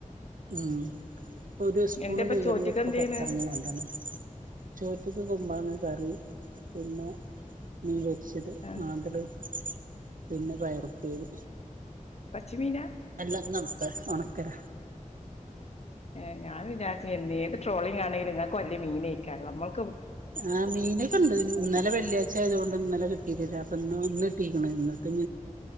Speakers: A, on the right; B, on the left.
A: ഉം ഒരു സ്പൂണ്
B: എന്തേപ്പ
A: കൈ്യണതൊക്കെ
B: ചോറ്റ്ക്ക് എന്തേന്
A: പുൊറത്തിറങ്ങി വേണ്ടന്നേ ചോറ്റക്കെ കൊുമ്പാങ്ങനെ കറി പിന്നെ നീ വച്ചത്
B: ആഹ്
A: നാന്തല് പിന്നെ പയർത്തിത്
B: പശച്ചമിന
A: എല്ലാം നക്ക ഉണക്കരാ
B: ഏ ഞൻ വിചാരിച്ച ഏത് ട്രോളിംഗ ആണെങ്കും നിങ്ങൾക്ക് വല്ിയ മീനക്കാറ് നമ്മൾ
A: ആ് മീനൊക്കെ ഉണ്ട് ഇന്നലെ വെള്ളിയാഴ്ച ആയത കൊൊണ്ട് ഇന്നലെ കിട്ടിട്ടില്ല ഇപ്പ ഒന്ന്ിട്ടീരിക്കണ ഇന്നത്തൊ